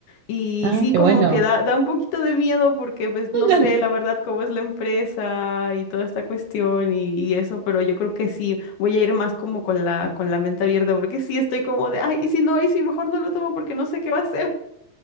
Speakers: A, on the left; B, on the right.
A: Y
B: Ah,
A: sí,
B: qué
A: como
B: bueno.
A: que da, da un poquito de miedo porque, pues,
B: <laughs>
A: no sé, la verdad, cómo es la empresa y toda esta cuestión y, y eso, pero yo creo que sí, voy a ir más como con la, con la mente abierta porque sí estoy como de, ay, y si no, y si mejor no lo tomo porque no sé qué va a ser.